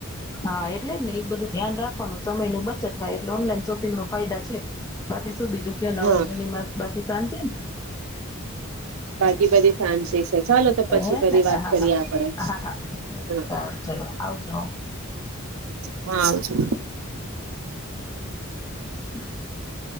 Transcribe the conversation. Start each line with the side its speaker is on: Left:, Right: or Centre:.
Left: હા એટલે જ ને ઈ બધું ધ્યાન રાખવાનું સમયનું બચત થાય એટલે ઓનલાઈન શોપિંગમાં ફાયદા છે બાકી શું બીજું કયો નવા
Right: હા
Left: જૂનીમાં બાકી શાંતિ ન?
Right: બાકી બધી શાંતિ છે. ચાલો તો પછી
Left: હે
Right: ફરી
Left: ને
Right: વાત
Left: હા
Right: કરીએ
Left: હા
Right: આપડે હ
Left: હા હા સારું ચલો આવજો
Right: હા આવજો. <inaudible>
Left: હ <inaudible>